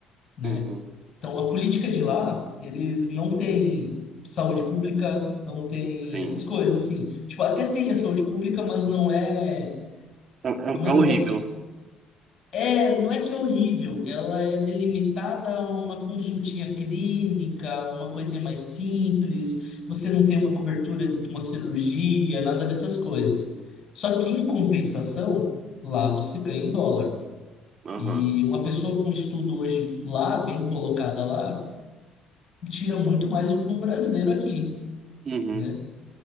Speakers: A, on the left (about 45°); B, on the right (about 45°).
A: né?
B: uhum,
A: Então, a política de lá, eles não têm saúde pública, não tem
B: sim.
A: essas coisas, assim. Tipo, até tem a saúde pública, mas não é...
B: É, é-
A: Como
B: é
A: é que
B: horrível.
A: eu posso é, não é que é horrível, ela é delimitada a uma consultinha clínica, a uma coisinha mais simples, você não tem uma cobertura de uma cirurgia, nada dessas coisas. Só que em compensação, lá você ganha em dólar.
B: Aham,
A: E uma pessoa com estudo hoje lá, bem colocada lá, tira muito mais do que um brasileiro aqui,
B: uhum.
A: né?